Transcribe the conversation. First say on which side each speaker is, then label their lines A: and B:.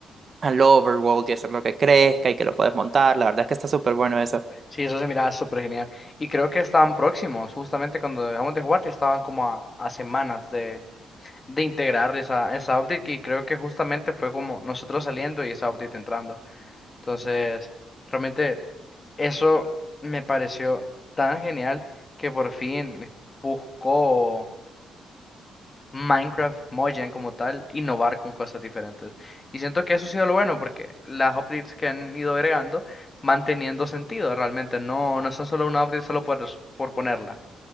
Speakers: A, on the right (about 35°); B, on the left (about 25°).
A: al Overworld y hacer lo que crezca y que lo puedes montar. La verdad es que está súper bueno eso.
B: Sí, eso se miraba súper genial. Y creo que estaban próximos, justamente cuando dejamos de jugar, ya estaban como a, a semanas de, de integrar esa, esa update. Y creo que justamente fue como nosotros saliendo y esa update entrando. Entonces, realmente eso me pareció tan genial que por fin buscó. Minecraft Mojang como tal, innovar con cosas diferentes. Y siento que eso ha sido lo bueno porque las updates que han ido agregando van teniendo sentido realmente, no, no son solo una update solo por, por ponerla.